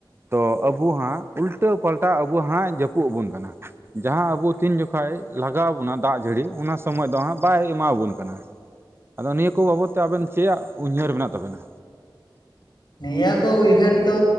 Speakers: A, on the right; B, on the left.
A: ᱛᱩ ᱟᱵᱚ ᱦᱟᱸᱜ ᱩᱞᱴᱟᱹ ᱯᱟᱞᱴᱟ ᱟᱵᱚ ᱦᱟᱸᱜ ᱡᱟᱹᱯᱩᱫ ᱟᱵᱚᱱ ᱠᱟᱱᱟ ᱾ ᱡᱟᱦᱟᱸ ᱟᱵᱚ ᱛᱤᱱ ᱡᱚᱠᱷᱷᱟ ᱞᱟᱜᱟᱣ ᱵᱚᱱᱟ ᱫᱟᱜ ᱡᱟᱹᱲᱤ ᱚᱱᱟ ᱥᱚᱢᱚᱭ ᱫᱚ ᱦᱟᱸᱜ ᱵᱟᱭ ᱮᱢᱟᱵᱚᱱ ᱠᱟᱱᱟ ᱾ ᱟᱫᱚ ᱱᱤᱭᱟᱹ ᱠᱚ ᱵᱟᱵᱚᱫ ᱛᱮ ᱟᱵᱮᱱ ᱪᱮᱫᱭᱟᱜ ᱩᱭᱦᱟᱹᱨ ᱢᱮᱱᱟᱜ ᱛᱟᱵᱮᱱᱟ?
B: ᱱᱤᱭᱟᱹ ᱠᱚ ᱩᱭᱦᱟᱹᱨ ᱫᱚ